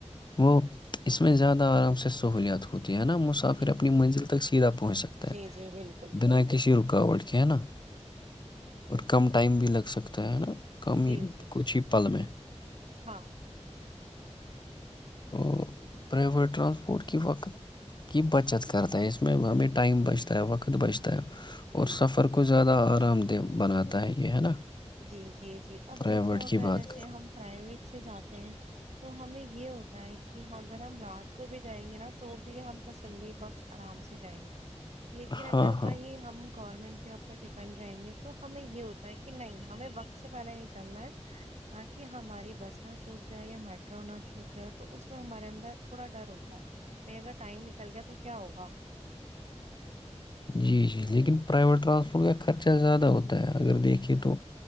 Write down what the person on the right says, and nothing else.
جی
جی جی بالکل
جی
جی
ہاں
جی جی جی اب
دیکھو اگر
جیسے ہم پرائیویٹ سے جاتے ہیں تو ہمیں یہ ہوتا ہو ہے کہ اگر ہم رات کو بھی جائیں گے نا تو بھی ہم تسلی بخش آرام سے جائیں گے لیکن
اگر
وہی ہم گورنمنٹ کے اوپر ڈیپینڈ رہیں گے تو ہمیں یہ ہوتا ہے کہ نہیں ہمیں وقت سے پہلے نکلنا ہے تاکہ ہماری بس نہ چھوٹ جائے یا میٹرو نہ چھوٹ جائے تو اس میں ہمارے اندر تھوڑا ڈر ہوتا ہے بائی اگر ٹائم نکل گیا تو کیا ہوگا